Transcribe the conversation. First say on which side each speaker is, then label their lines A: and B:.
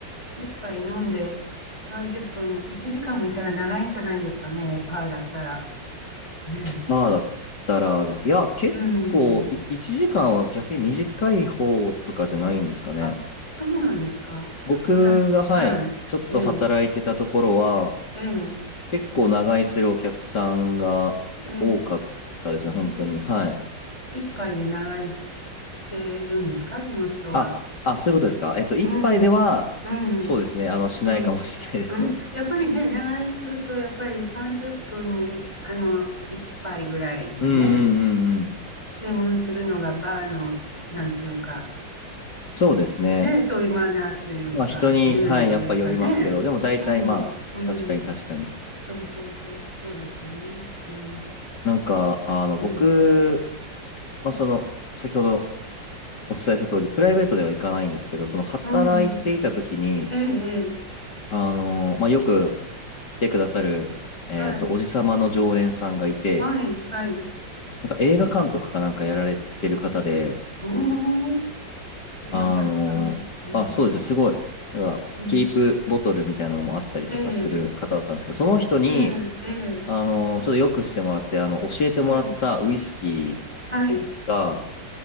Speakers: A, on the left; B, on the left.
A: 一杯飲んで30分、1時間もいたら長いんじゃないんですかね、パーだったら。ねえ。
B: パーだったらです。いや、結構、
A: うん。
B: い、1時間は逆に短い方とかじゃないんですかね。
A: あ、そうなんですか。
B: 僕が、
A: 私、
B: はい、
A: はい。
B: ちょっと働いてたところは、
A: ええ、ええ、
B: 結構長居するお客さんが多かったですね、
A: ええ。
B: 本当に。
A: うん、
B: はい。
A: 一杯で長居してるんですか、その人は。
B: あ、あ、そういうことですか。えっと、一杯では、
A: うん、うん。
B: そうですね、あの、しないかもしれないですね。
A: うん。うん。やっぱりね、長居すると、やっぱり30分に、あの、1杯ぐらいでね、
B: うんうんうんうん。
A: 注文するのがバーの、なんていうか、
B: そうですね。
A: ね、そういうマナーというか、
B: まあ、人に、
A: ルールというかね。
B: はい、やっぱよりますけど、でも大体まあ、
A: うん。うん。
B: 確かに確かに。
A: そうそうそう。そうですよね。うん。
B: なんか、あの、
A: うん。
B: 僕、まあ、その、先ほどお伝えした通り、プライベートでは行かないんですけど、その、働いていた時に、
A: うん。ええ、ええ。
B: あの、まあ、よく来てくださる、えっと、
A: はい。
B: おじさまの常連さんがいて、
A: はい、はい。
B: なんか映画監督かなんかやられてる方で、
A: おー、いいお客さん。
B: あのあ、
A: うん。
B: そうですね、すごい、なんか、
A: うん。
B: キープボトルみたいなのもあったりとかする方だったんですけど、
A: ええ、
B: その人に、
A: ええ、ええ。
B: あのちょっとよくしてもらって、あの、教えてもらったウイスキ
A: はい。はい。
B: ーが、